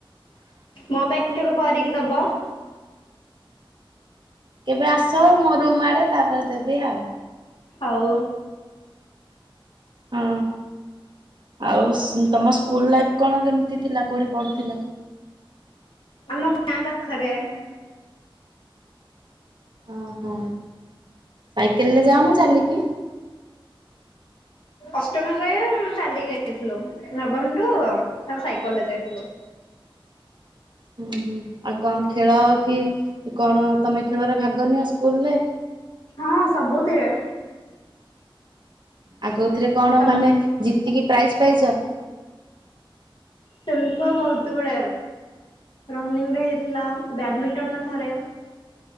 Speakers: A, on the left; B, on the right.
A: ମୋ ପାଇଁ କେବେ କରିକି ଦବ?
B: କେବେ ଆସ ମୋରୁମ୍ ଆଡ଼େ ତାପରେ ଦେବି ଆଉ।
A: ହଉ।
B: ହଁ ଆଉ ତମ ସ୍କୁଲ୍ ଲାଇଫ୍ କଣ କେମିତି ଥିଲା କେଉଠି ପଢ଼ୁଥିଲ?
A: ଆମ ଗାଁ ପାଖରେ।
B: ଓହୋ ସାଇକେଲରେ ଯାଅନା ଚାଲିକି?
A: ଅଷ୍ଟମ ଯାଏ ଚାଲିକି ଯାଇଥିଲୁ ନବମଠୁ ତାପରେ ସାଇକେଲରେ ଯାଇଥିଲୁ।
B: ହୁଁ ହୁଁ ଆଉ କଣ ଖେଳ କି କଣ ତମେ ଖେଳରେ ଭାଗ ନିଅ ସ୍କୁଲରେ?
A: ହଁ ସବୁଥିରେ
B: ଆଉ କେଉଥିରେ କଣ
A: ତମ
B: ମାନେ ଜିତିକି ପ୍ରାଇଜ୍ ପାଇଚ?
A: ସେମିତିତ ବହୁତ୍ ଗୁଡ଼େ ରନିଂରେ ହେଇଥିଲା ବ୍ୟାଡମିଣ୍ଟନ ଥରେ